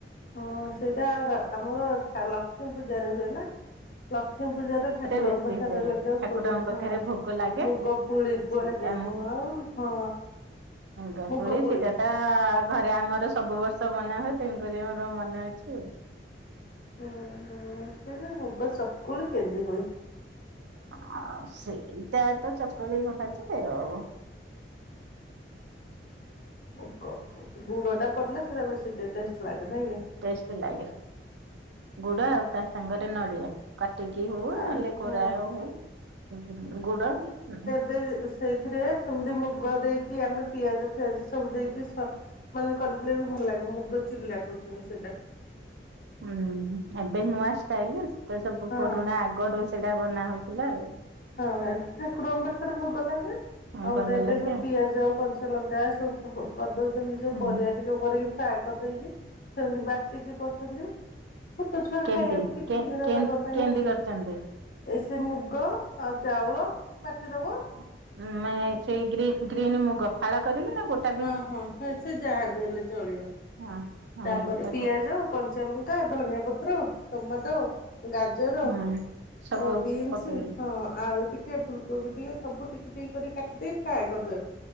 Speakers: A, on the left; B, on the right.
A: ହଁ ସେଇଟା ର ଆମର ଲକ୍ଷ୍ମୀ ପୂଜାରେ ହୁଏନା? ଲକ୍ଷ୍ମୀ ପୂଜାରେ ଠାକୁରଙ୍କ
B: ବେଶୀ
A: ପାଖରେ
B: ହୁଏ।
A: ଲାଗେ
B: ଠାକୁରଙ୍କ
A: ଗୁରୁହ
B: ପାଖରେ ଭୋଗ ଲାଗେ
A: ମୁଗ କୁଳି କୁହାଯାଏ
B: ସେଇଟା
A: ମୁଁ ଆଉ ହଁ
B: ହଁ ଦମ୍ପୁଳି
A: ମୁଗ ପୁଳି।
B: ସେଟା ତ ଘରେ ଆମର ସବୁ ବର୍ଷ ମନା ହୁଏ ତେଣୁକରି ମୋର ମନେ ଅଛି ଆଉ।
A: ହ ସେଟା ଭୋଗ ଚକୁଳି କେନ୍ତି ହୁଏ?
B: ଆଉ ସେଇଟା ତ ଚକୁଳି କୁହାଯାଏ ଆଉ।
A: ମୁଗ ପୁ ଗୁଡ଼ ଟା ପଡ଼ିଲେ ସେଇଟା ବେଶୀ ଟିକେ ଟେଷ୍ଟ ଲାଗେ ନାହିଁକି?
B: ଟେଷ୍ଟ ଲାଗେ ଗୁଡ ଆଉ ତା ସାଙ୍ଗରେ ନଡିଆ। କାଟିକି ହୋଉ
A: ଆ
B: ନହେଲେ କୋରା
A: ହଁ।
B: ହୋଉ ଗୁ ଗୁଡ଼ <unintelligible>
A: ଦେ ସେଇଥିରେ ସେମିତି ମୁଗ ଦେଇକି ଆମେ ପିଆଜ ଫିଆଜ ସବୁ ଦେଇକି ସ ମାନେ କରିଲେ ବି ଭଲ ଲାଗେ ମୁଗ ଚିଲା କହୁଛନ୍ତି ସେଇଟା।
B: ହୁଁ ଏବେ ନୂଆ ଷ୍ଟାଇଲରେ ସେ ସବୁ
A: ହଁ
B: ପୁରୁଣା ଆଗରୁ ସେଇଟା ବନା ହୋଉଥିଲା ଆଉ।
A: ହଁ ଏଠି ଠାକୁରଙ୍କ ପାଖରେ ଭୋଗ ଲାଗେ।
B: ହଁ
A: ଆଉ
B: ଭଙ୍ଗ
A: ଗୋଟେ
B: ଲାଗେ
A: ସବୁ
B: ଆଉ।
A: ପିଆଜ କଞ୍ଚଲଙ୍କା ସବୁ କ କରିଦଉଛନ୍ତି ଯୋଉ
B: ହୁଁ
A: ପରିବା ଟିକେ କରିକି ଫ୍ରାଏ କରିଦେଇକି ସେମିତି ବାଟିକି କରୁଛନ୍ତି। ଛୋଟ ଛୁଆ
B: କେମତି
A: ଖାଇବାକୁ ଟିଫିନରେ
B: କେ କେ
A: ଦବା ପାଇଁ
B: କେମିତି କରିଛନ୍ତି?
A: ଏ ସେଇ ମୁଗ ଆଉ ଚାଉଳ ବାଟିଦବ
B: ହଁ ମେ ସେଇ ଗ୍ରି ଗ୍ରୀନ୍ ମୁଗ ଫାଳ କରିକି ନା ଗୋଟ
A: ହଁ ହଁ ସେ ସେ ଯାହାବି ହେଲେ ଚଳିବ
B: ହଁ। ହଁ
A: ତାପରେ
B: ତାକୁ
A: ପିଆଜ କଞ୍ଚାଲଙ୍କା ଧନିଆ ପତ୍ର ଟମାଟୋ ଗାଜ ଜର
B: ହୁଁ ସବୁ
A: ଆଉ ବିନ୍ସ
B: ପକେଇକି
A: ହଁ ଆଳୁ ଟିକେ ଫୁଲ କୋବି ଟିକେ ସବୁ ଟିକ ଟିକ କରିକି କାଟି ଦେଇକି ଫ୍ରାଏ କରିଦେବେ